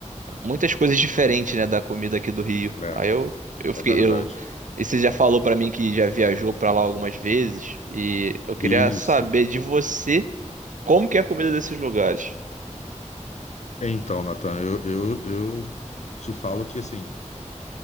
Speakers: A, on the right; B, on the left.
A: muitas coisas diferentes, né, da comida aqui do Rio.
B: É,
A: Aí eu, eu fiquei,
B: é verdade.
A: eu, e você já falou pra mim que já viajou pra lá algumas vezes, e eu queria
B: Isso.
A: saber de você como que é a comida desses lugares.
B: Então, Natan, eu, eu, eu te falo que, assim,